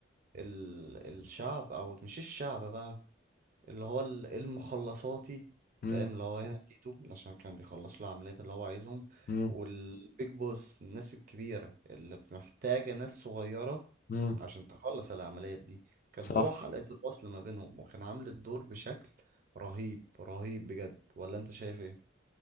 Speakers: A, on the right; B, on the left.
A: ال... الشعب او مش الشعب بقى اللي هو ال- المخلصاتي
B: مم.
A: فاهم اللي هو هنا تيتو عشان كان بيخلص له العمليات اللي هو عايزهم
B: مم.
A: والبيج بوس الناس الكبيرة اللي محتاجة ناس صغيرة
B: مم.
A: عشان تخلص العمليات دي كان
B: صح
A: هو حلقة الوصل ما بينهم وكان عامل الدور بشكل رهيب رهيب بجد ولا انت شايف ايه؟